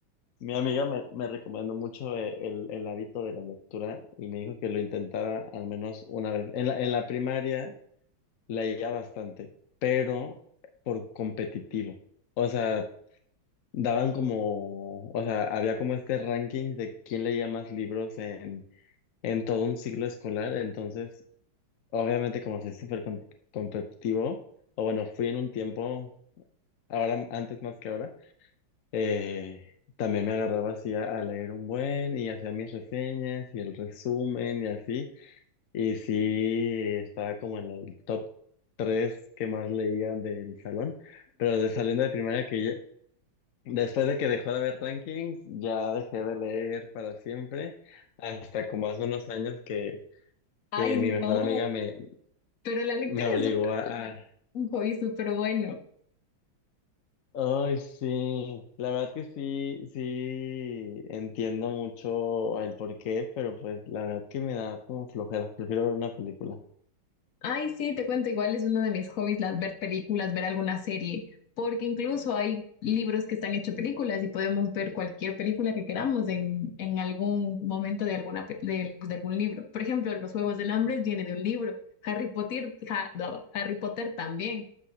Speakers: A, on the left; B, on the left.
A: mi amiga me, me recomendó mucho eh, el, el hábito de la lectura y me dijo que lo intentara al menos una vez. En la, en la primaria leía bastante, pero por competitivo. O sea, daban como, o sea, había como este ranking de quién leía más libros en, en todo un ciclo escolar, entonces, obviamente como soy súper com- competitivo, o bueno, fui en un tiempo ahora antes más que ahora, eh, también me agarraba así a, a leer un buen y hacía mis reseñas y el resumen y así, y sí estaba como en el top tres que más leía del salón, pero de saliendo de primaria que ya, después de que dejó de haber rankings, ya dejé de leer para siempre, hasta como hace unos años que,
B: Ay,
A: que mi mejor
B: no,
A: amiga me,
B: pero la lectura
A: me obligó
B: es súper-
A: a, a
B: un hobby súper bueno.
A: Ay, sí, la verdad que sí, sí, entiendo mucho el porqué, pero pues la verdad que me da como flojera, prefiero ver una película.
B: Ay, sí, te cuento, igual es uno de mis hobbies las ver películas, ver alguna serie, porque incluso hay libros que están hechos películas y podemos ver cualquier película que queramos en, en algún momento de, alguna, pe- del- de algún libro. Por ejemplo, Los Juegos del Hambre viene de un libro, Harry Potter, ja- bla, bla, Harry Potter también.